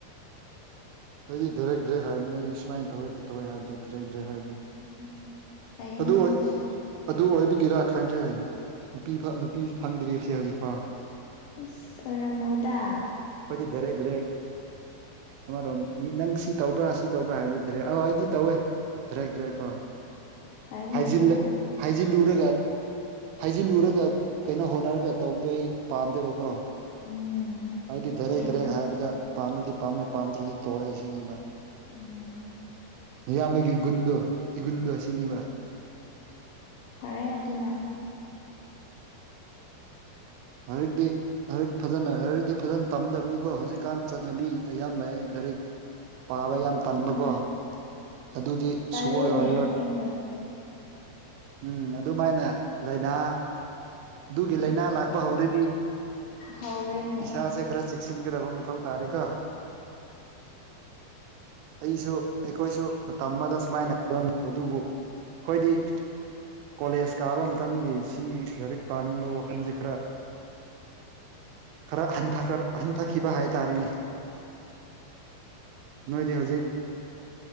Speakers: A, on the right; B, on the left.
A: ꯑꯩꯗꯤ ꯗꯥꯏꯔꯦꯛ ꯗꯥꯏꯔꯦꯛ ꯍꯥꯏꯕꯅꯤ ꯑꯩ ꯁꯨꯃꯥꯏ ꯇꯧꯋꯦ ꯇꯧꯔꯦ ꯍꯥꯏꯕꯗꯣ ꯗꯥꯏꯔꯦꯛ ꯗꯥꯏꯔꯦꯛ ꯍꯥꯏꯕꯅꯤ
B: ꯎꯝ ꯐꯩꯅꯦ
A: ꯑꯗꯨ
B: ꯑꯗꯨꯁꯨ
A: ꯑꯗꯨ ꯑꯣꯏꯕꯒꯤꯔ ꯈꯪꯗ꯭ꯔꯦ ꯅꯨꯄꯤ ꯅꯨꯄꯤ ꯐꯪꯗ꯭ꯔꯤꯁꯦ ꯍꯧꯖꯤꯛꯐꯥꯎ
B: ꯏꯁ ꯑꯣꯏꯔꯝꯃꯣꯏꯗꯥ
A: ꯈꯣꯏꯗꯤ ꯗꯥꯏꯔꯦꯛ ꯗꯥꯏꯔꯦꯛ ꯑꯃꯔꯣꯝ ꯃꯤ ꯅꯪ ꯁꯤ ꯇꯧꯕ꯭ꯔꯥ ꯁꯤ ꯇꯧꯕ꯭ꯔꯥ ꯍꯥꯏꯕꯤꯗ꯭ꯔꯦ ꯑꯥ ꯑꯩꯗꯤ ꯇꯧꯋꯦ ꯗꯥꯏꯔꯦꯛ ꯗ꯭ꯔꯦꯛꯀꯣ
B: ꯐꯩꯅꯦ
A: ꯍꯥꯏꯖꯤꯜ
B: ꯑꯗꯨꯅ
A: ꯍꯥꯏꯖꯤꯜꯂꯨꯔꯒ ꯍꯩꯖꯤꯜꯂꯨꯔꯒ ꯀꯩꯅꯣ ꯍꯣꯠꯅꯔꯒ ꯇꯧꯕꯗꯣ ꯑꯩ ꯄꯥꯝꯗꯦꯕꯀꯣ
B: ꯎꯝ
A: ꯑꯩꯗꯤ ꯗꯥꯏꯔꯦꯛ
B: ꯆꯨꯝꯃꯤ
A: ꯗꯥꯏꯔꯦꯛ ꯍꯥꯏꯕꯗ ꯄꯥꯝꯃꯗꯤ ꯄꯥꯝꯃꯦ ꯄꯥꯝꯗ꯭ꯔꯥꯗꯤ ꯇꯧꯑꯦ ꯁꯤꯅꯤꯕ
B: ꯎꯝ
A: ꯅꯌꯥꯝꯕꯒꯤ ꯒꯨꯟꯗꯣ ꯏꯒꯨꯟꯗꯣ ꯁꯤꯅꯤꯕ
B: ꯐꯥꯔꯦ ꯑꯗꯨꯅ
A: <unintelligible> ꯂꯥꯏꯔꯤꯛ ꯐꯖꯅ ꯂꯥꯏꯔꯤꯛꯇꯤ ꯐꯖꯅ ꯇꯝꯗꯧꯅꯤꯀꯣ ꯍꯧꯖꯤꯛꯀꯥꯟ ꯆꯠꯅꯕꯤ ꯌꯥꯝ ꯂꯥꯛꯑꯦ ꯂꯥꯏꯔꯤꯛ ꯄꯥꯕ ꯌꯥꯝ ꯇꯟꯕꯀꯣ
B: ꯍꯣꯏ
A: ꯑꯗꯨꯗꯤ
B: ꯇꯜꯂꯦꯅꯦ
A: ꯁꯨꯛꯑꯣꯏ ꯑꯣꯏꯔꯥꯔꯣꯏ
B: <unintelligible>
A: ꯎꯝ ꯑꯗꯨꯃꯥꯏꯅ ꯂꯩꯅꯥ ꯗꯨꯒꯤ ꯂꯩꯅꯥ ꯂꯥꯛꯄ ꯍꯧꯔꯗꯤ
B: ꯍꯧꯔꯦꯅꯦ
A: ꯏꯁꯥꯁꯦ ꯈꯔꯥ ꯆꯦꯛ ꯁꯤꯟꯒꯗꯕ ꯃꯊꯧ ꯇꯥꯔꯦꯀꯣ ꯑꯩꯁꯨ ꯑꯩꯈꯣꯏꯁꯨ ꯃꯇꯝ ꯑꯃꯗ ꯁꯨꯃꯥꯏꯅ ꯇꯧꯔꯝꯃꯤ ꯑꯗꯨꯕꯨ ꯈꯣꯏꯗꯤ ꯀꯣꯂꯦꯖ ꯀꯥꯕ ꯃꯇꯝꯒꯤ ꯁꯤ ꯂꯥꯏꯔꯤꯛ ꯄꯥꯅꯤꯡꯕ ꯋꯥꯈꯜꯖꯦ ꯈꯔ ꯈꯔ ꯍꯟꯊ ꯍꯟꯊꯈꯤꯕ ꯍꯥꯏꯇꯥꯔꯦꯅꯦ ꯅꯣꯏꯗꯤ ꯍꯧꯖꯤꯛ